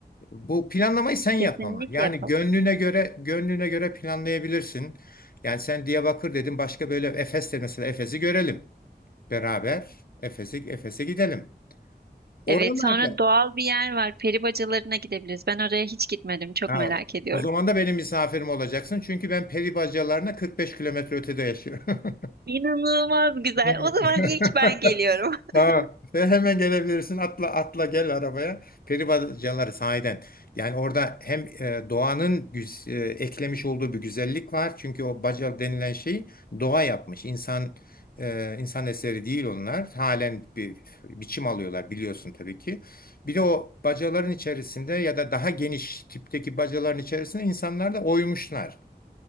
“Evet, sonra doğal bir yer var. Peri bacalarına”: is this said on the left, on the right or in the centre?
Right